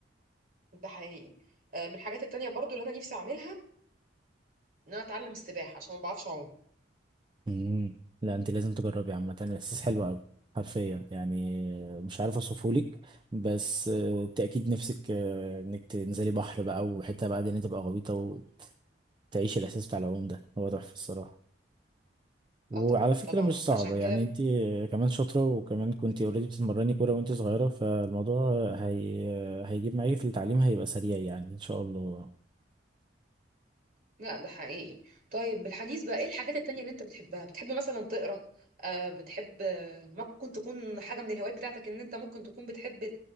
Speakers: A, on the right; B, on the right.
A: ده حقيقي آه، من الحاجات التانية برضو اللي انا نفسي اعملها ان انا اتعلم السباحه عشان ما بعرفش اعوم
B: مم. لا انت لازم تجربي عامة الاحساس حلو قوي حرفيا يعني مش عارف اوصفهولك بس آه، انت اكيد نفسك آه، انك تنزلي بحر بقى وحتة بقى دي إن أنت تبقى غويطة وتعيشي الاحساس بتاع العوم ده هو تحفة الصراحة وعلى
A: اه طبعا
B: فكرة
A: طبعا
B: مش صعبة
A: عشان كده
B: يعني انت كمان شاطرة وكمان كنت اوريدي بتتمرني كورة وانت صغيرة فالموضوع هي... هيجيب معاكي في التعليم هيبقى سريع يعني ان شاء الله
A: لا ده حقيقي طيب بالحديث بقى ايه الحاجات التانية اللي انت بتحبها بتحب مثلا تقرا آه بتحب آه، ممكن تكون حاجه من الهوايات بتاعتك ان انت ممكن تكون بتحب